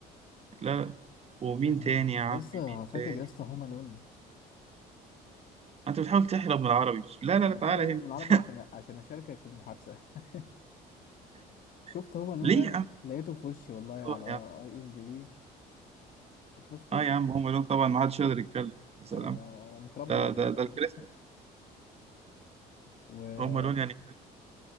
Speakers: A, on the right; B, on the left.
A: لا لا ومين
B: آه،
A: تاني يا عمي
B: لسه
A: مين
B: فاكر
A: تاني
B: يا اسطى هوم الون
A: انت بتحاول تحرم من العربي لا
B: انا
A: لا لا
B: بحاول
A: تعالى
B: اهرب من العربي
A: هنا
B: عشان عشان اشاركك المحادثه <laughs> شفت
A: <laughs>
B: هوم الون
A: ليه
B: بقى
A: يا عم
B: لقيته في وشي والله على
A: طبعا يا عم
B: اي ام دي بي شفته
A: اه يا عم هم لون طبعا ما حدش يقدر يتكلم يا سلام
B: انا أنا متربي
A: ده
B: عليه
A: ده
B: ده
A: ده الكريسماس
B: و...
A: هم لون يعني كريسماس